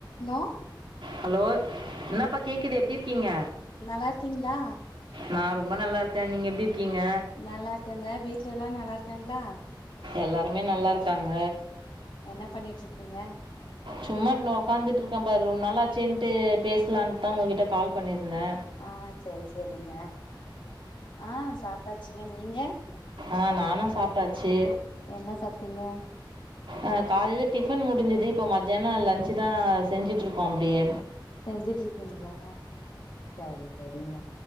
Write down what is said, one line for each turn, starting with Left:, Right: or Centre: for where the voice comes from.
Left: No
Right: hello என்னப்பா கேக்குது எப்டி இருக்கீங்க
Left: நல்லா இருக்கீங்களா
Right: நா ரொம்ப நல்லா இருக்கே நீங்க எப்டி இருக்கீங்க
Left: நல்லா இருக்கேங்க வீட்ல எல்லா நல்லா இருக்காங்களா
Right: எல்லாருமே நல்லா இருக்காங்க
Left: என்ன பண்ணிட்டிருக்கீங்க
Right: சும்மா இன்னு உக்காந்துட்டிருக்கே பாரு ரொம் நாள் ஆச்சேன்ட்டு பேசலான் தா உங்ககிட்டே கால் பண்ணிருந்தே
Left: ஆ சேரி சேரிங்க ஆ சாப்டாச்சுங்க நீங்க
Right: ஆ நானு சாப்ட்டாச்சி
Left: என்ன சாப்ட்டீங்க
Right: ஆ காலைல டிஃபன் முடிஞ்சது இப்போ மதியானோ லஞ்சு தா செஞ்சுட்டிருக்கோ அப்டியே
Left: செஞ்சுட்டிருக்கீங்களா சரி செரிங்க